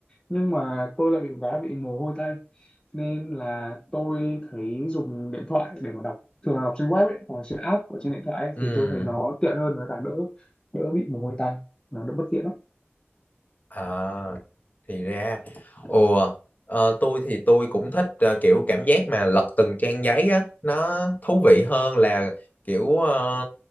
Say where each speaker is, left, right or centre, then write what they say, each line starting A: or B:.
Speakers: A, on the left; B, on the left.
A: nhưng mà tôi lại bị một cái là bị mồ hôi tay nên là tôi thấy dùng điện thoại để mà đọc thường là đọc trên web ấy hoặc là trên app ở trên điện thoại ấy,
B: Ừ.
A: thì tôi thấy nó tiện hơn với cả đỡ đỡ bị mồ hôi tay nó đỡ bất tiện lắm
B: À, thì ra. Ồ, ờ, tôi thì tôi cũng thích ờ, kiểu cảm giác mà lật từng trang giấy á, nó thú vị hơn là kiểu ờ,